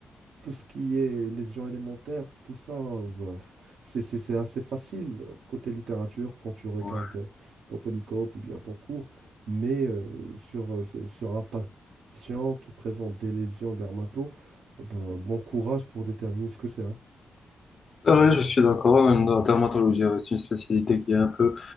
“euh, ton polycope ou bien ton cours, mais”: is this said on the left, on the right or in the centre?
Right